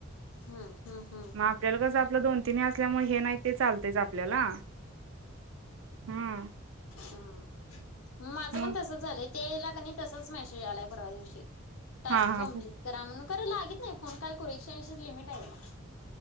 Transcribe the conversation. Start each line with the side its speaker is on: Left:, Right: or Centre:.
Left: हम्म हम्म हम्म
Right: आपल्याला कस आपल दोन तीन हे असल्यामुळे हे नाही ते चालतच आपल्याला. हम
Left: हम. माझ पण
Right: मग
Left: तसच झालय ते याला क नाही तसाच मेसेज आलाय परवा दिवशी. टास्क
Right: हा हा
Left: कं्प्लीट करा म्हणून करा लागीत नाही फोन काय करू एकशे ऐंशी च लिमिट आहे त्याला